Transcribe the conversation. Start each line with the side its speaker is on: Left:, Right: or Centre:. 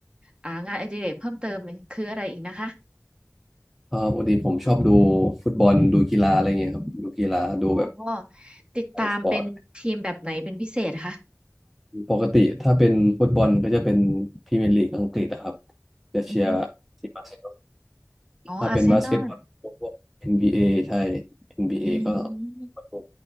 Right: อ่างานอดิเรกเพิ่มเติมคืออะไรอีกนะคะ
Centre: เอ่อปกติผมชอบดูฟุตบอลดูกีฬาอะไรเงี้ยครับดูกีฬาดูแบบ
Right: อ๋อติดตามเป็นทีมแบบไหนเป็นพิเศษคะ
Centre: ไอสปอร์ตปกติถ้าเป็นฟุตบอลก็จะเป็นพรีเมียร์ลีกอังกฤษนะครับจะเชียร์ทีมบาร์เซโลนา
Right: อืมอ๋ออาร์เซนอล
Centre: ถ้าเป็นบาสเกตบอลพวก NBA ใช่เอ็นบีเอก็
Right: อืม
Centre: ดู